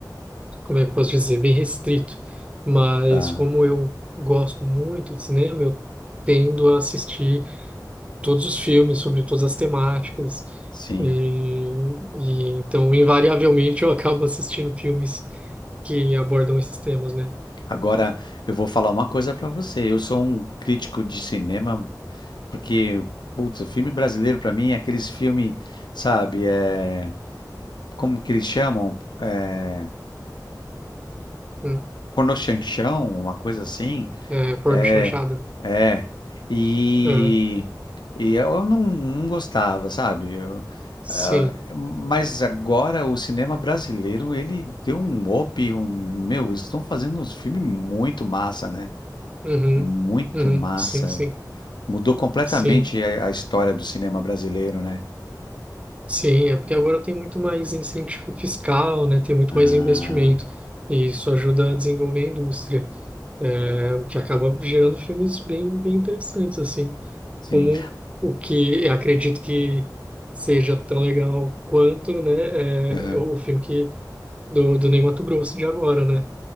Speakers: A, on the right; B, on the left.
A: como é que eu posso dizer, bem restrito. Mas
B: Tá,
A: como eu gosto muito de cinema, eu tendo a assistir todos os filmes sobre todas as temáticas.
B: sim.
A: E, e então, invariavelmente, eu acabo assistindo filmes que abordam esses temas, né?
B: Agora eu vou falar uma coisa para você. Eu sou um crítico de cinema Porque, putz, o filme brasileiro pra mim é aqueles filmes, sabe, é, como que eles chamam? É,
A: Hum,
B: pornochanchão, uma coisa assim.
A: É, porno
B: É,
A: chanchada.
B: é. E,
A: Aham,
B: e eu não, não gostava, sabe? Eu-
A: Sim.
B: ah, mas agora o cinema brasileiro, ele deu um up, um, meu, eles estão fazendo uns filmes muito massa, né?
A: Uhum.
B: Muito
A: Uhum.
B: massa.
A: Sim, sim.
B: Mudou completamente
A: Sim.
B: a a história do cinema brasileiro, né?
A: Sim, é porque agora tem muito mais incentivo fiscal, né? Tem muito
B: Ah.
A: mais investimento. E isso ajuda a desenvolver a indústria, é, o que acaba gerando filmes bem, bem interessantes, assim,
B: Sim.
A: como o que eu acredito que seja tão legal quanto, né,
B: aham.
A: é, o filme que, do, do Ney Matogrosso de agora, né?